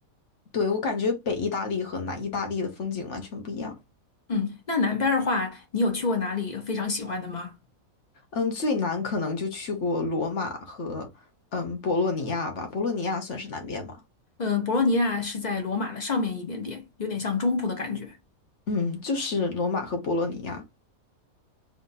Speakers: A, on the left; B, on the left.
A: 对，我感觉北意大利和南意大利的风景完全不一样。
B: 嗯，那南边儿的话，你有去过哪里非常喜欢的吗？
A: 嗯，最难可能就去过罗马和嗯博洛尼亚吧，博洛尼亚算是南边吗？
B: 嗯，博洛尼亚是在罗马的上面一点点，有点像中部的感觉。
A: 嗯，就是罗马和博洛尼亚。